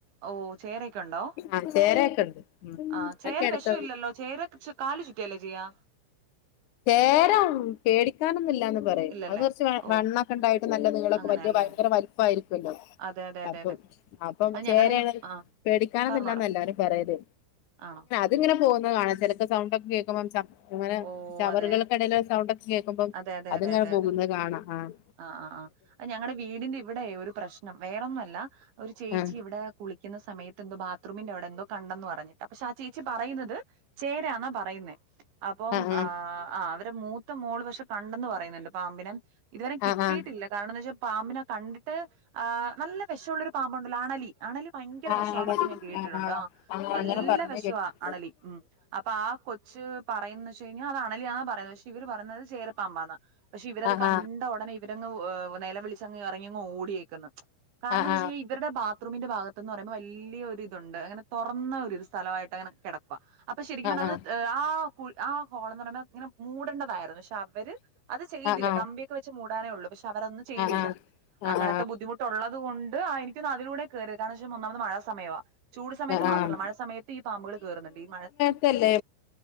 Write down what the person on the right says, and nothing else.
ഓ ചേരയൊക്കെ ഉണ്ടോ
ആഹ് ചേര
വിഷം ഇല്ലല്ലോ ചേര കാല് ചുറ്റിയല്ലേ ചെയ്യാ
ഇല്ലല്ലേ
ഓ
അങ്ങനെയല്ലേ
അതെ അതെ അതെ
അതെ
അത് ഞങ്ങടെ
ആഹ്
പറഞ്ഞോടാ
ആണോ
ഓ
അതെ
അതെ അതെ
അതെ അതെ
അതെ
ആഹ് അഹ്ആഹ് ഞങ്ങളടെ വീടിന്റെ ഇവിടെ ഒരു പ്രശ്നം വേറൊന്നുംല്ല ഒരു ചേച്ചി
ഇവിടെ കുളി രിക്കുന്ന സമയത്ത് എന്തോ ബാത്റൂമിന്റെവിടെ എന്തോ കണ്ടന്ന് പറഞ്ഞിട്ട് ക്ഷെ ആ ചേച്ചി പറയുന്നത് ചേരാന്നാ പറയുന്നേ അപ്പം
ആഹ് ആഹ് അവരെ മൂത്ത മോള് പക്ഷെ കണ്ടന്ന് പറയുന്നുണ്ട് പാമ്പിനെ ഇതുവരെ കിട്ടിയിട്ടില്ല
കാരണം ന്നു വെച്ചാ പാമ്പിനെ കണ്ടിട്ട് ആ നല്ല വെശള്ളൊരു പാമ്പുണ്ടല്ലോ അണലി അണലി ഭയങ്കര
വി ഷാന്നൊക്കെ ഞാൻ കേട്ടിട്ടുണ്ട്
നല്ല
വിഷവാ
അണലി ഉം അപ്പൊ ആ കൊച്ച് പറയന്ന് വെച്ച കഴിഞ്ഞാ അത് അണലി ആന്നാപറയുന്നത് ഇവര് പറയുന്നത് ചേരപ്പാമ്പന്ന് പക്ഷെ ഇവരത്
ക ണ്ട ഉടനെ ഇവരങ്ങ് നെലവിളിച്ചങ് എറങ്ങി ഓടിയേക്കുന്നു കാരണംന്ന്
വെച്ചാ ന്ത് ചെയ്യ് ഇവരുടെ ബാത്റൂമിന്റെ ഭാഗത്ത്ന്ന് പറയ്പോ വല്യോരു ഇതുണ്ട് അങ്ങനെ തുറന്ന ഒരു സ്ഥലമായിട്ട് അങ്ങനെ കെടക്കുവാ അപ്പൊ ശരിക്കും
പറഞ്ഞാത്
ആ ആ ഹോള്ന്ന് പറയുമ്പ ഇങ്ങനെ മൂടണ്ട തായിരുന്നു പക്ഷെ അവര് അത് ചെയ്തില്ല
കമ്പി വെച്ച് മൂടാനേള്ളൂ പക്ഷെ അവരൊന്നും ചെയ്തില്ല
അങ്ങനത്തെ
ബുദ്ധിമുട്ട് തൊള്ളത്കൊണ്ട് ആ എനിക്കോന്നുഅതിലൂടെ കേറിയ താ കാരണംച്ചാ മഴ സമയവാ ചൂട് സമയത്ത്
മാത്രല്ല
മഴ സമയത്ത് ഈ പാമ്പുകൾ കയറുന്നുണ്ട് ഈ മഴ